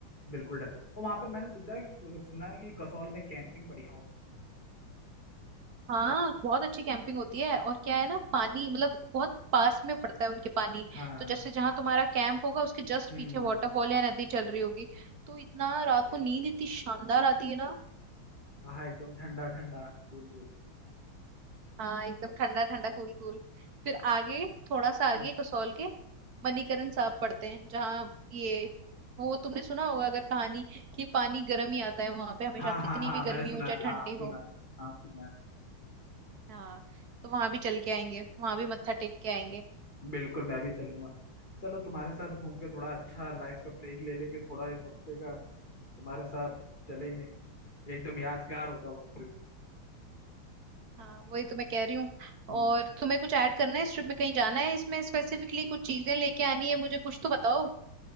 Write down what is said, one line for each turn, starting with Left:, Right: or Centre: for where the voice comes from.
Left: बिल्कुल डर और वहां पे मैंने सोचा है कि सुना है कि कसौल में कैंपिंग बढ़िया होती
Right: हाँ बहुत अच्छी कैंपिंग होती है और क्या है ना पानी मतलब बहुत पास में पड़ता है उनके पानी
Left: है हाँ
Right: तो जैसे जहाँ तुम्हारा कैंप होगा उसके जस्ट
Left: हम्म
Right: पीछे वाटरफॉल या नदी चल रही होगी तो इतना रात
Left: अरे
Right: को नींद
Left: च-
Right: इतनी शानदार आती है ना
Left: हाँ एकदम ठंडा ठंडा कूल
Right: हाँ एकदम ठंडा ठंडा कूल कूल फिर आगे थोड़ा सा
Left: हम्म,
Right: आगे कसौल के मणिकरण साहब पड़ते हैं जहाँ ये वो तुमने सुना होगा अगर कहानी कि पानी गर्म ही आता है वहां पे हमेशा
Left: हाँ
Right: कितनी
Left: हाँ हाँ
Right: भी गर्मी
Left: मैंने सुना
Right: हो चाहे
Left: है हाँ
Right: ठंडी
Left: सुना
Right: हो
Left: है हाँ सुना है
Right: हाँ तो वहां भी चल के आएंगे वहां भी मत्था टेक के आएंगे
Left: बिल्कुल मैं भी चलूंगा चलो तुम्हारे साथ घूम के थोड़ा अच्छा लाइफ का ब्रेक ले लेंगे थोड़ा एक हफ्ते का तुम्हारे साथ चलेंगे एकदम यादगार होगा वो ट्रिप
Right: हाँ वही तो मैं कह रही हूँ
Left: हम्म,
Right: और तुम्हें कुछ ऐड करना है इस ट्रिप में कहीं जाना है इसमें स्पेसिफिकली कुछ चीजें लेके आनी है मुझे कुछ तो बताओ